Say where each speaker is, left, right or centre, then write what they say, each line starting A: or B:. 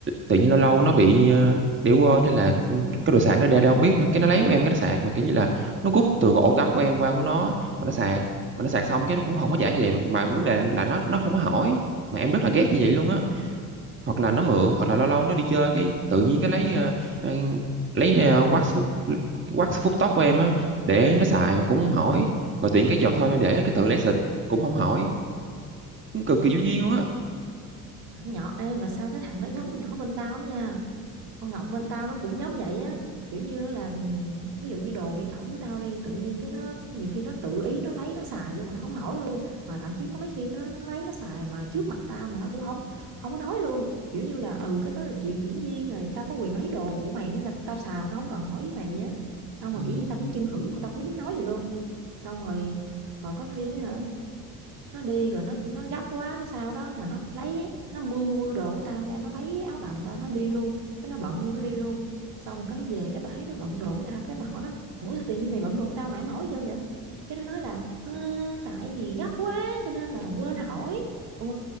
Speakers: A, on the right; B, on the right.
A: tự nhiên lâu lâu nó bị ờ, để quên hay là ừ, cái đồ sạc nó để đâu không biết nữa cái nó lấy của em cái nó sạc mà kiểu như là nó rút từ ổ cắm của em qua của nó mà nó sạc mà nó sạc xong cái nó cũng không có trả về mà vấn đề là nó nó không có hỏi mà em rất là ghét như vậy luôn á hoặc là nó mượn hoặc là lâu lâu nó đi chơi cái tự nhiên cái lấy ờ, ờ, lấy ờ, wax phút cái wax phút tóc của em á để nó xài mà cũng không hỏi rồi tiện cái dầu thơm em để cái tự lấy xịt cũng không hỏi cũng cực kỳ vô duyên luôn á
B: thằng nhỏ ê mà sao cái thằng nó giống nhỏ bên tao lắm nha con Ngọc bên tao nó cũng giống vậy á kiểu như là ví dụ như đồ mỹ phẩm của tao đi tự nhiên cái nó nhiều khi nó tự ý nó lấy nó xài luôn mà nó không hỏi luôn mà thậm chí có mấy khi nó, nó lấy nó xài mà trước mặt tao mà nó cũng không không có nói luôn kiểu như là ừ cái đó là chuyện hiển nhiên rồi tao có quyền lấy đồ của mày để mà tao xài mà tao không cần hỏi ý mày vậy á xong mà
A: ừ.
B: kiểu như tao cũng chưng hửng mà tao không biết nói gì luôn xong rồi còn có khi á hả nó đi rồi nó nó gấp quá cái sao đó mà nó lấy nó bươi bươi bươi đồ của tao ra nó lấy áo đầm tao nó đi luôn cái nó bận luôn nó đi luôn xong rồi cái nó về cái tao thấy nó bận đồ của tao cái tao hỏi nó ủa sao tự nhiên mày bận đồ của tao mà em hỏi chưa vậy cái nó nói là "Ờ, tại vì gấp quá cho nên là quên hỏi Ờ,